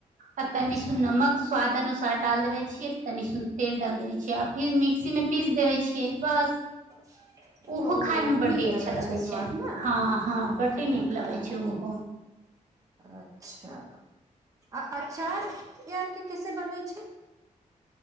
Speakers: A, on the right (about 75°); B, on the right (about 25°).
A: आ तनि
B: अच्छा
A: सुन नमक स्वाद अुसार डाल देवे छिये तनि सुन तेल डाल देेबे छी आब ई मिक्सी मे पीस देबय छियै बस
B: <unintelligible>
A: ओहो
B: ओऽ
A: खाय मे बड्डी
B: नीक लगै
A: अच्छा लगे
B: छैय स्वादमे
A: छै
B: न
A: हँ हँ बड्डी
B: खट्टा
A: नीक
B: खट्टा
A: लगे छै ओहो
B: अच्छा आ अचार आर के कैसे बने छे